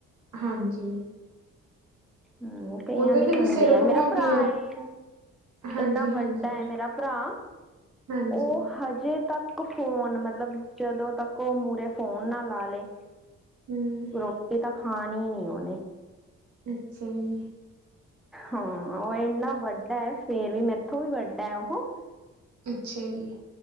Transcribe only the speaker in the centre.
ਹੂੰ, ਕਈਆਂ
ਦੀ
ਹੁੰਦੀ
ਆ,
ਮੇਰਾ ਭਰਾ
ਏ
ਇੰਨਾ ਵੱਡਾ
ਏ, ਮੇਰਾ ਭਰਾ
ਓ ਹਜੇ ਤੱਕ ਕ ਫੋਨ ਮਤਲਬ ਜਦੋਂ ਤੱਕ ਓ, ਮੂਹਰੇ ਫੋਨ ਨਾ ਲਾ ਲਏ,
ਰੋਟ ਐ ਤਾਂ ਖਾਨੀ ਨੀ ਉਨੇ।
ਹਾਂ, ਓ ਏਨਾ ਵੱਡਾ ਏ, ਫੇਰ ਵੀ ਮੈਥੋਂ ਵੀ ਵੱਡਾ ਏ ਉਹ